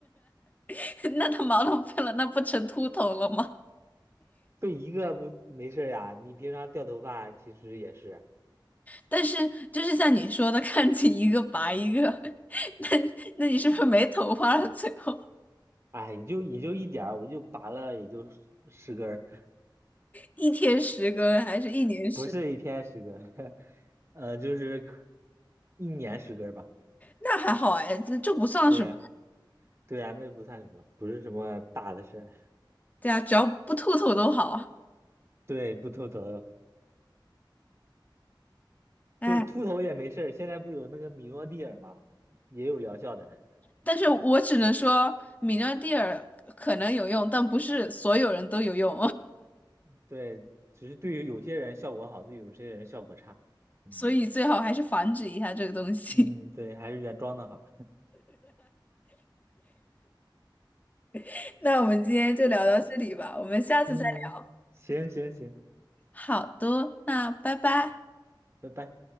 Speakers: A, on the left (about 20°); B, on the right (about 35°).
A: <laughs> 那他毛囊废了，那不成秃头了吗？
B: 废一个不没事儿呀。你平常掉头发其实也是，
A: 但是就是像你说的，看见一个拔一个，<laughs> 那那你是不是没头发了？最后
B: 哎，也就也就一点儿，我就拔了也就十十根儿
A: 一天十根还是一年十？
B: <laughs> 不是一天十根儿，<laughs> 呃，就是可一年十根儿吧。
A: 那还好哎，这这不算什么。
B: 对呀，对呀，那不算什么，不是什么大的事儿。
A: 对啊，只要不秃头都好啊。
B: 对，不秃头。
A: 哎。
B: 就是秃头也没事儿，现在不是有那个米诺地尔吗？也有疗效的，
A: 但是我只能说，米诺地尔可能有用，但不是所有人都有用，
B: <laughs> 对，只是对于有些人效果好，对于有些人效果差。
A: <laughs>
B: 嗯
A: 所以最好还是防止一下这个东西。
B: 嗯，对，还是原装的好。
A: <laughs> 那我们今天就聊到这里吧，
B: <laughs>
A: 我们下次再聊。
B: 嗯，行行行，
A: 好的，那拜拜。
B: 拜拜。